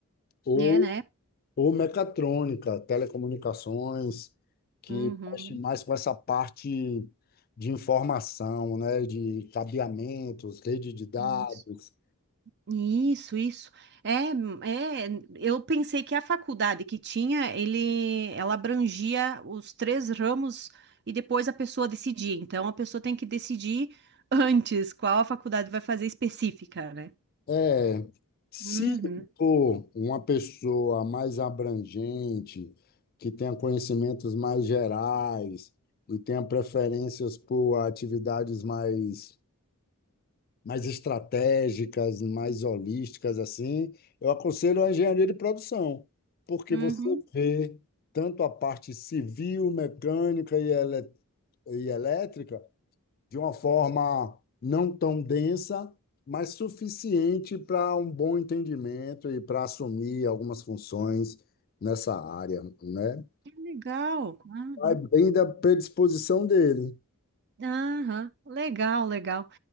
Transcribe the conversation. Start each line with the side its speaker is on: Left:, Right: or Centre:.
Left: ou,
Right: É, né?
Left: ou mecatrônica, telecomunicações, que
Right: Uhum.
Left: mexe mais com essa parte de informação, né? De cabeamentos, rede de dados.
Right: Isso. Isso, isso. É, é, eu pensei que a faculdade que tinha, ele, ela abrangia os três ramos e depois a pessoa decidia. Então, a pessoa tem que decidir antes qual a faculdade vai fazer específica, né?
Left: É, se
Right: Uhum,
Left: for uma pessoa mais abrangente, que tenha conhecimentos mais gerais e tenha preferências por atividades mais mais estratégicas, mais holísticas, assim, eu aconselho a engenharia de produção, porque
Right: uhum.
Left: você vê tanto a parte civil, mecânica e, elé- e elétrica de uma forma não tão densa, mas suficiente para um bom entendimento e para assumir algumas funções nessa área, né?
Right: Que Legal. Aham,
Left: Vai bem da predisposição dele.
Right: aham. Legal, legal.